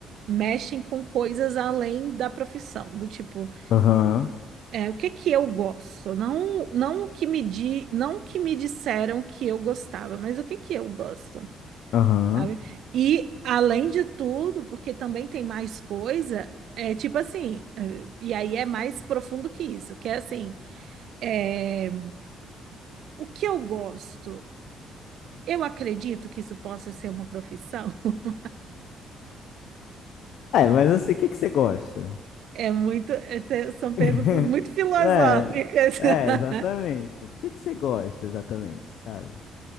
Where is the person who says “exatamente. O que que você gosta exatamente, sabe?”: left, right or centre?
Left